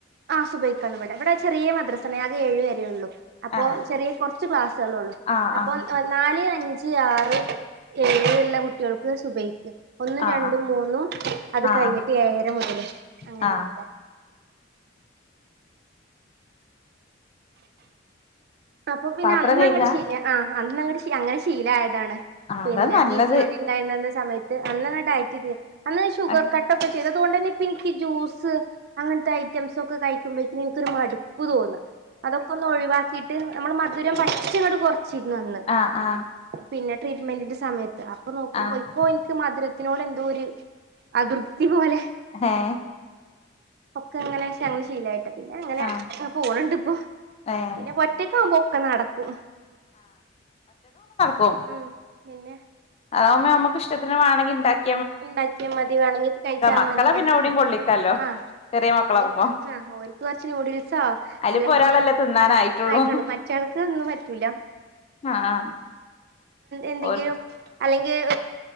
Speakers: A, on the right (about 55°); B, on the left (about 30°).
A: ആ സുഭയ്ക്കാണ് ഇവിടെ ഇവിടെ ചെറിയ മദ്രസമേ അകെ ഏഴു വരേ ഉള്ളു അപ്പോ
B: ഏഹ്
A: ചെറിയ കുറച്ച് ക്ലാസ്സുകളേള്ളു
B: ആഹ്
A: അപ്പൊ
B: ആഹ്
A: നാല് അഞ്ച് ഈ ആറ് ഏഴ് എല്ല കുട്ടികൾക്ക് സുഭൈക്ക് ഒന്നും
B: ആഹ്
A: രണ്ടും
B: ആഹ്
A: മൂന്നും അത് കഴിഞ്ഞിട്ട്
B: ആഹ്
A: ഏഴര മുതല്
B: ആഹ്
A: അങ്ങനെയാണ്
B: ആഹ്
A: ഇവിടെ അപ്പൊ പിന്നെ
B: പാത്രം
A: അന്ന
B: കഴുകാ
A: അങ്ങട്ട് ചെയ്യ അ അന്ന് അങ്ങ.. <unintelligible> അങ്ങനെ ശീലായതാണ്
B: ആഹ്
A: പിന്നെ
B: അതാ നല്ലത്
A: പി സി യോടി ഉണ്ടായിരുന്നന്ന സമയത്ത് അന്നങ്ങോട്ട് ആയറ്റിത് അന്ന് ഷുഗർ
B: ഏഹ്
A: കട്ടക്ക.. അതുകൊണ്ട് തന്നെപ്പ എനിക്ക് ഇതക്കകൊണ്ടന്നെ <unintelligible> ജ്യൂസ് അങ്ങനത്തെ ഐറ്റംസ് ഒക്കെ കഴിക്കുമ്പോഴക്കേ എനിക്കൊ ഒരു മടുപ്പ് തോന്നുന്നു അതൊക്കൊന്ന് ഒഴവാക്കി.. ് നമ്മൾ മധുരം പച്ചടക്കു അങ്ങോട്ട്‌ കുറച്ച് വന്ന്
B: ആഹ് ആഹ്
A: പിന്നെ <inaudible> ട്രീറ്റ്മെന്റിന്റെസമയത്തു ഇപ്പോനോക്കുമ്പോ
B: ആഹ്
A: ഇപ്പോ എനിക്ക്മധുരം മധുര ത്തിനോട് എന്തോ ഒരു അതൃ പ്തി ഇതു ലെ
B: ഏഹ്
A: ഒക്കെ അങ്ങനെ ഞങ്ങള്ൾ ശീലായിട്ട് പിന്നെ അങ്ങനെ
B: ആഹ്
A: പോണുണ്ട് ഇപ്പോൊ
B: ഏഹ്
A: പിന്നെ ഒറ്റക്ക് ആാവുമ്പോ ഒക്കെ നടക്കും
B: കൊം
A: ഉം പിന്നെ
B: അതാവുമ്പോ നമുക്ക്ഷ്ടത്തിന് വേണെങ്കി ഉണ്ടാക്കി
A: എന്തെങ്കിലും ഉണ്ടാക്കിയാ മതി വേണെങ്ങി കഴിച്ചാ
B: മക്കളെ
A: മതി
B: പിന്നെ
A: അപ്പ
B: എവിടെയും കൊള്ളിക്കാലോ
A: ആഹക്ക്
B: ചെറിയ മക്കളാവുമ്പോ
A: ആഹ ഓര്ക്ക് കുറച്ച് നൂഡിൽസോ
B: അതിലിപ്പോ
A: അല്ലെങ്കില്
B: ഒരാളല്ലേ തിന്നാനായിട്ടുള്ളൂ
A: ആയിട്ടുള്ളൂ മറ്റ ആൾക്ക് ഒന്നും പറ്റൂല
B: ആഹ്
A: എന്തെങ്കിലും
B: ഓർ
A: അല്ലെങ്കിൽ